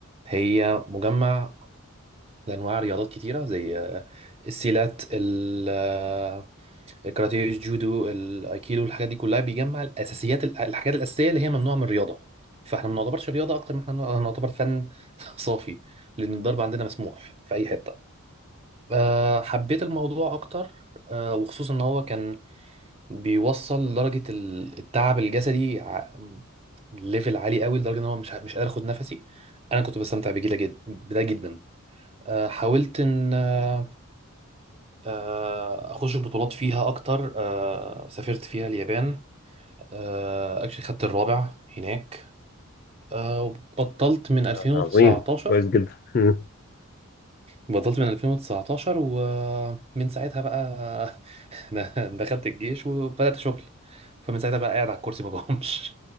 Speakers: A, on the right; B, on the left.
A: هي مجمع لأنواع رياضات كتيرة زي آه، السيلات ال- آه، الكاراتيه الجودو الأيكيدو الحاجات دي كلها بيجمع الأساسيات الحاجات الأساسية اللي هي ممنوعة من الرياضة فاحنا ما نعتبرش رياضة أكتر ما احنا نعتبر فن <laughs> صافي لأن الضرب عندنا مسموح في أي حتة آه، حبيت الموضوع أكتر آه، وخصوصا إن هو كان بيوصل لدرجة ال- التعب الجسدي ع- ليفل عالي قوي لدرجة إن هو مش مش قادر أخد نفسي أنا كنت بستمتع بجدا جدا بده جدا آه، حاولت ان آه، آه، اخش بطولات فيها اكتر آه، سافرت فيها اليابان آه، اكشلي خدت الرابع هناك آه، وبطلت من 2019
B: آه، عظيم كويس جدا <laughs>
A: بطلت من 2019 ومن ساعتها بقى <laughs> د- دخلت الجيش وبدأت شغل فمن ساعتها بقى قاعد على الكرسي ما بقومش